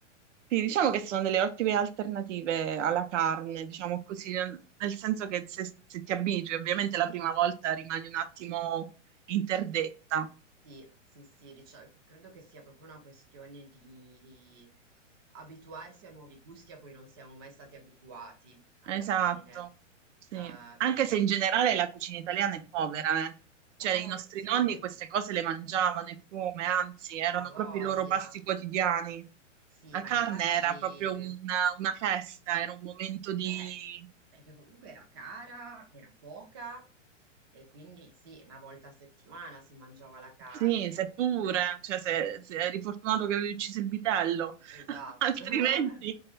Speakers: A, on the right; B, on the right.
A: Sì, diciamo che sono delle ottime alternative alla carne, diciamo così, nel senso che se, se ti abitui, ovviamente la prima volta rimani un attimo interdetta.
B: Sì, sì, sì, dicia- credo che sia proprio una questione di abituarsi a nuovi gusti a cui non siamo mai stati abituati alla
A: Esatto,
B: fine.
A: sì.
B: Eh,
A: Anche
B: perché,
A: se in generale la cucina italiana è povera, eh. Cioè
B: eh
A: i nostri
B: sì,
A: nonni queste cose le mangiavano e come, anzi, erano
B: ha voglia.
A: proprio i loro pasti quotidiani.
B: Sì,
A: La
B: ma
A: carne
B: infatti.
A: era proprio una, una festa, era un momento di
B: Eh, perché comunque era cara, era poca e quindi sì, una volta a settimana si mangiava la carne.
A: Sì, seppure, cioè se, se eri fortunato che avevi ucciso il vitello,
B: Esatto.
A: <laughs> altrimenti,
B: <laughs>